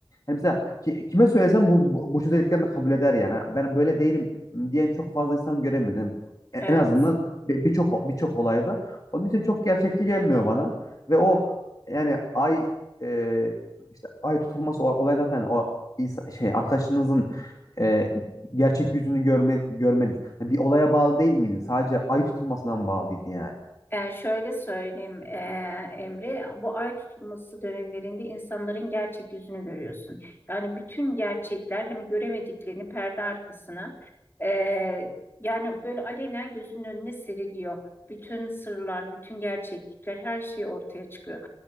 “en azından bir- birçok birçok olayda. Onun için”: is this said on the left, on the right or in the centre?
Left